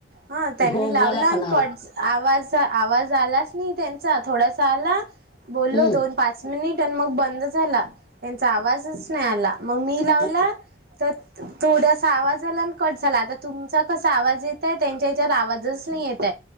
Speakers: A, on the right (about 60°); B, on the left (about 30°).
A: हा त्यांनी
B: हो
A: लावला
B: मला
A: आणि
B: पण आला
A: क आवाज आवाज आलाच नाही त्यांचा थोडासा आला बोललो
B: हम्म
A: दोन पाच मिनिट आणि मग बंद झाला त्यांचा आवाजच नाही आला मग मी लावला
B: अ,
A: तर थोडासा आवाज आला आणि कट झाला आता तुमचा कसा आवाज येतय त्यांच्या आवाजच नाही येत